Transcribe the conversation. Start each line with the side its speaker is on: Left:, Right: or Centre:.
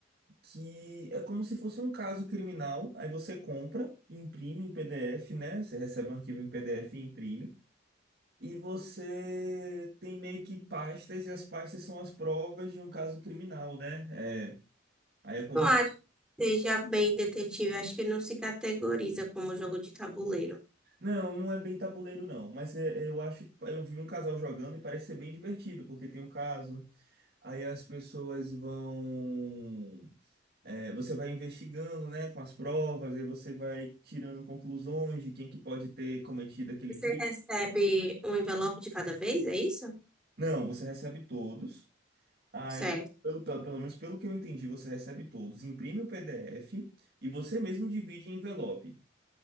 Right: que é como se fosse um caso criminal. Aí você compra, imprime em PDF, né? Você recebe um arquivo em PDF e imprime. E você tem meio que pastas, e as pastas são as provas de um caso criminal, né? É, aí acontece.
Centre: Não acho que seja bem detetive. Acho que não se categoriza como jogo de tabuleiro.
Right: Não, não é bem tabuleiro, não. Mas é- eu acho. Eu vi um casal jogando e parece ser bem divertido, porque tem o caso. Aí as pessoas vão. É, você vai investigando, né, com as provas, aí você vai tirando conclusões de quem que pode ter cometido aquele
Centre: Você
Right: crime.
Centre: recebe um envelope de cada vez, é isso?
Right: Não, você recebe todos. Aí,
Centre: Certo.
Right: pelo, pelo, pelo menos pelo que eu entendi, você recebe todos, imprime o PDF e você mesmo divide em envelope.